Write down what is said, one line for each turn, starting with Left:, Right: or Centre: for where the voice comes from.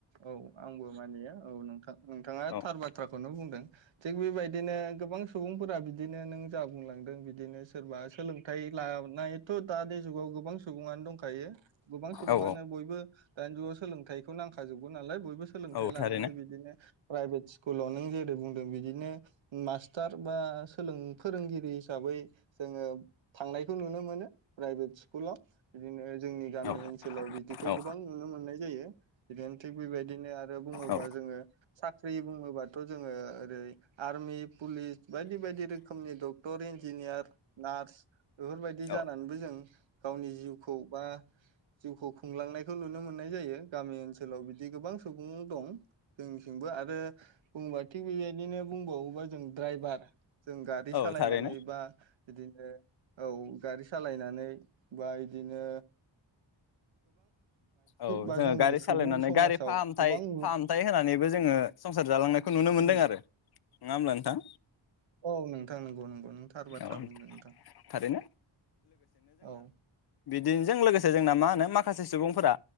Right: औ आंबो मानिया औ नोंथां नोंथाङा
Left: औ
Right: थार बाथ्राखौनो बुं दों थिग बेबायदिनो गोबां सुबुंफोरा बिदिनो नों जा बुंलांदों बिदिनो सोरबा सोलोंथाइ लानायथ' दानि गोबां सुबुङानो दंखायो गोबां सुबुङानो
Left: औ
Right: बयबो दानि जुगाव सोलोंथाइखौ नांखाजोबगौ नालाय बयबो सोलोंथाइ
Left: औ
Right: लानानै
Left: थारैनो
Right: बिदिनो प्राइभेट स्कुलाव नों जेरै बुंदों बिदिनो मास्टार बा सोलों फोरोंगिरि हिसाबै जोङो थांनायखौ नुनो मोनो। प्राइभेटस कुलाव इदिनो जोंनि गामि
Left: औ
Right: ओनसोलाव बिदिखौ
Left: औ
Right: गोबां नुनो मोननाय जायो बिदिनो थिग बेबायदिनो आरो बुङोबा
Left: औ
Right: जोङो साख्रि बुङोबाथ' जोङो ओरै आरमि पुलिस बायदि बायदि रोखोमनि डक्टर इन्जिनियार नार्स बेफोरबायदि
Left: औ
Right: जानानैबो जों गावनि जिउखौ बा जिउखौ खुंलांनायखौ नुनो मोननाय जायो गामि ओनसोलाव बिदि गोबां सुबुं दं जोंनिथिंबो आरो बुङोबा थिग बेबायदिनो बुंबावोबा जों जों द्राइभार जों गारि
Left: औ
Right: सालायनानै
Left: थारैनो
Right: बा बिदिनो औ गारि सालायनानै बा इदिनो
Left: औ
Right: बा
Left: जोङो
Right: जोंनि
Left: गारि
Right: सुबुं
Left: सालायनानै
Right: समाजाव
Left: गारि फाहामथाय
Right: गोबां नु
Left: फाहामथाय होनानैबो जोङो संसार जालांनायखौ नुनो मोनदों
Right: उम
Left: आरो नङा ओमबा नोंथां
Right: औ नोंथां नंगौ नंगौ नों थार बाथ्रा
Left: औ
Right: बुंदों नोंथां
Left: थारैनो
Right: औ
Left: बिदिनजों लोगोसे जोंना मा होनो माख खासे सुबुंफोरा